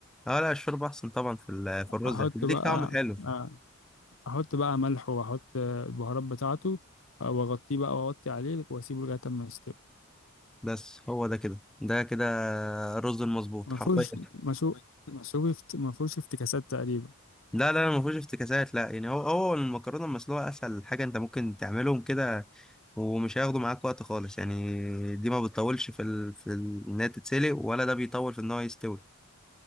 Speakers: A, in the centre; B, on the left (about 60°).
A: اه لا الشوربة احسن طبعا في ال- في الرز
B: احط
A: هتديك
B: بقى
A: طعم حلو
B: آه، احط بقى ملح واحط البهارات بتاعته آه، واغطيه بقى واغطي عليه واسيبه لغايه اما يستوي
A: بس هو ده كده ده كده الرز المظبوط
B: ما
A: حرفيا
B: فيهوش مسوق مسوق ما فيهوش افتكاسات تقريبا
A: لا لا لا، ما فيهوش افتكاسات لا يعني هو هو المكرونة المسلوقة اسهل حاجة انت ممكن تعملهم كده ومش هياخدوا معاك وقت خالص يعني دي ما بتطولش في ال... في ال... ان هي تتسلق ولا ده بيطول في ان هو يستوي